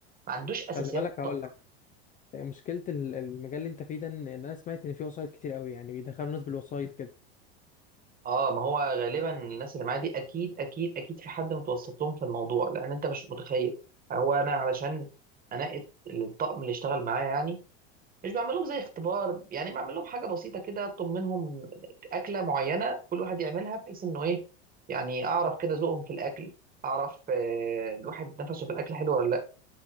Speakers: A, on the right (about 25°); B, on the left (about 25°).
A: ما عندوش أساسيات
B: خلي بالك هقول
A: طبخ
B: لك مشكله ال- المجال اللي انت فيه ده ان إن انا سمعت ان فيه وسايط كتير قوي يعني بيدخلوا ناس بالوسايط كده
A: اه ما هو غالبا الناس اللي معايا دي أكيد أكيد أكيد في حد متوسط لهم في الموضوع لأن أنت مش متخيل هو أنا علشان أنقي الطقم اللي اشتغل معايا يعني مش بعمل لهم زي اختبار يعني بعمل لهم حاجه بسيطه كده اطلب منهم اكله معينه كل واحد يعملها بحيث انه ايه يعني اعرف كده ذوقهم في الاكل اعرف آه، الواحد نفسه في الاكل حلو ولا لا